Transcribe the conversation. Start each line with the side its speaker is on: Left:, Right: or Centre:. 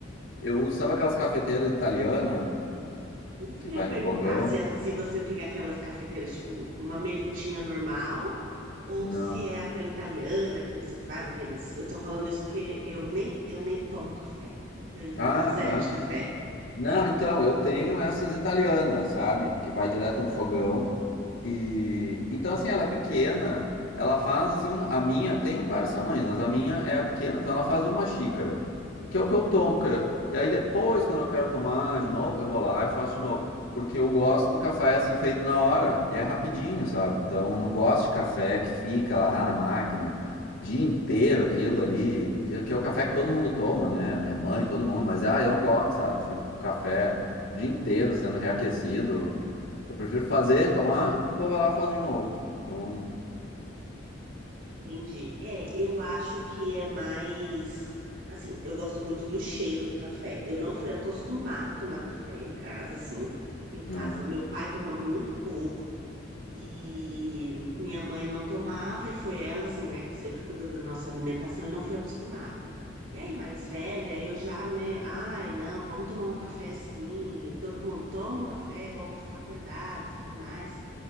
Left: Eu uso, sabe aquelas cafeteiras italianas
Right: Isso
Left: que
Right: que
Left: vai
Right: eu ia perguntar,
Left: no fogão?
Right: se, a- se você tem aquelas cafeteiras, tipo, uma melitinha normal, ou
Left: Não.
Right: se é aquela italiana que você faz, aqueles. Eu tô falando isso porque eu nem, eu nem tomo café, então eu entendo
Left: Ah,
Right: zero
Left: tá.
Right: de café.
Left: Não, então, eu tenho essas italianas, sabe? Que vai direto
Right: Tá?
Left: no fogão. E então, assim, ela é pequena, ela faz assim, uma- a minha tem vários tamanhos, mas a minha é a pequena, então ela faz uma xícara, que é o que eu tomo. porque- E aí depois, quando eu quero tomar de novo, eu vou lá e faço de novo. Porque eu gosto do café assim feito na hora. E é rapidinho, sabe? Então eu não gosto de café
Right: Sim.
Left: que fica lá na máquina dia inteiro aquilo ali, que, que é o café que todo mundo toma, né? A Minha mãe, todo mundo, mas ah, eu não gosto, sabe? Fico com o café o dia inteiro sendo reaquecido. Eu prefiro fazer, tomar, depois vai lá e faz de novo. Então,
Right: Entendi. É, eu acho que é mais. Assim, eu gosto muito do cheiro do café. Eu não fui acostumada a tomar café em casa, assim. Em casa,
Left: né. <laughs>
Right: meu pai toma muito pouco e minha mãe não tomava, e foi ela, assim, né, que sempre cuidou da nossa alimentação. Eu não fui acostumada. E aí, mais velha, eu já, né, ai, não, vamos tomar um café sim. Todo mundo toma um café, é bom para ficar acordado e tudo mais.